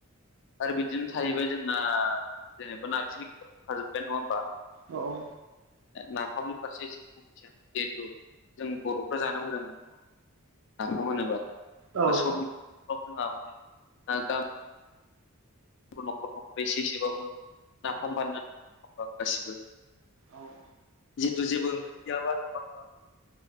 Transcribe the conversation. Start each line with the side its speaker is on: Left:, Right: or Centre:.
Left: आरो बिदिनो थाहैबाय जोंना जेनेबा नारजिखौथ' बुंखाजोबबायानो नङा होमबा?
Right: औ औ।
Left: नाफामनि फारसे एसे बुंथिया जिहेथु जों बर'फ्रा जानो मोजां मोनो। नाफाम होनोबा
Right: औ
Left: बा सबनिबो न'खरावनो जोंहा माने बो न'खर न'खर एसे एसेबाबो नाफाम बानायनानै गासिबो
Right: औ।
Left: जिहेतु जेबो ओंख्रि गैयाब्ला जों मा खालामो